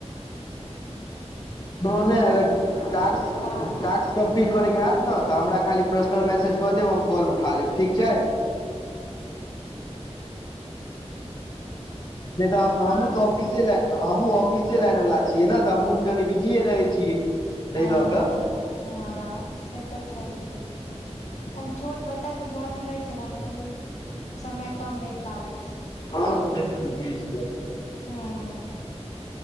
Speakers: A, on the left; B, on the left.
A: <unintelligible> नै अगर
B: छै
A: टाक्स-टाक्स
B: हँ
A: कम्पलीट करय के हैत नै तऽ हमरा खाली पर्सनल मैसेज कऽ देब हम कॉल उठा लैब ठीक छै। नै त हम्हु
B: हँ
A: तै ऑफिसै लै हम्हूँ ऑफिसे लाइन बला छियै नै तऽ हम्हूँ तऽ कनि बिजीए रहय छियै। ताहि
B: हां
A: लऽ कऽ
B: हां हां से तऽ छहिए ओय मे छोट बच्च बच्चा सब घर मे रहय छै नै तऽ कनी समय कम भेट पाबै छै।
A: हां से तऽ बुझिय छियै।
B: हां।